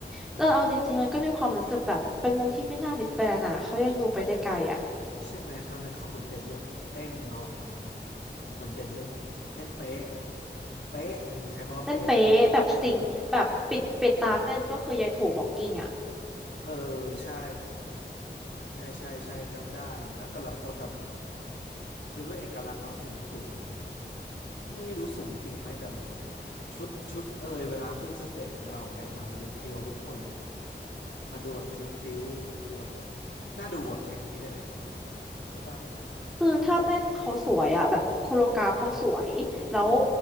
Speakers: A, in the centre; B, on the left.
A: แต่เอาจริงๆมันก็มีความรู้สึกแบบเป็นวงที่ไม่น่าดิสแบนอ่ะเขายังดูไปได้ไกลอ่ะ
B: อ๋อ ใช่ไหมตอนนั้นเขาเหมือนเด่นเรื่องเต้นเนาะเหมือนเหมือนเด่นเรื่องเต้นเป๊ะเป๊ะเออใช้คำว่าเป๊ะแล้วกันเออ
A: เต้นเป๊ะแบบซิงค์แบบปิดปิดตาเต้นก็คือยังถูกบล็อกกิ้งอ่ะ
B: เออใช่ใช่ใช่ใช่จำได้แล้วแต่ละคนแบบคือด้วยเอกลักษณ์เนาะสูงสูงไม่รู้สูงจริงไหมแต่แบบชุดชุดเอยเวลาขึ้นสเตจเวลาออกแบบมามันดูเพรียวทุกคนเลยอะมันดูแบบพลิ้วพลิ้วมันดูแบบน่าดูอะใช้คำนี้ได้ไหมใช่ป่ะ
A: คือท่าเต้นเขาสวยอ่ะแบบโคโรกราฟเขาสวยแล้ว
B: อืม